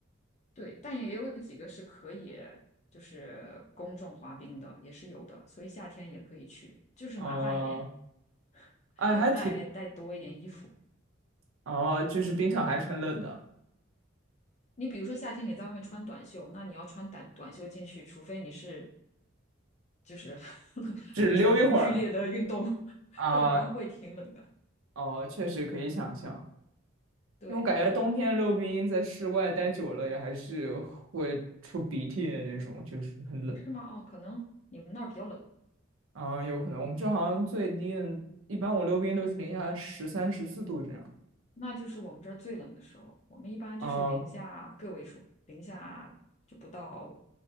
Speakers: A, on the left (about 35°); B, on the right (about 85°).
A: 对，但也有几个是可以就是公众滑冰的，也是有的，所以夏天也可以去，就是麻烦一点，
B: 哦、
A: <laughs>
B: 哎，
A: 你要带带多一点衣服。
B: 还挺哦，就是冰场还是很冷的，
A: 你比如说夏天你在外面穿短袖，那你要穿短短袖进去，除非你是就是 <laughs>
B: 只溜一会儿。
A: 做很剧烈的运动，<laughs>
B: 啊，
A: 要不然会挺冷的。
B: 哦，确实可以想象，
A: 对，
B: 因为我感觉冬天溜冰在室外待久了也还是会出鼻涕的那种，就是很冷。
A: 是吗？哦，可能你们那儿比较冷。
B: 啊、有可能我们这好像最低的，一般我溜冰都是零下十三、十四度这样。
A: 那就是我们这儿最冷的时候，我们一般就是零下个位数，
B: 啊、
A: 零下就不到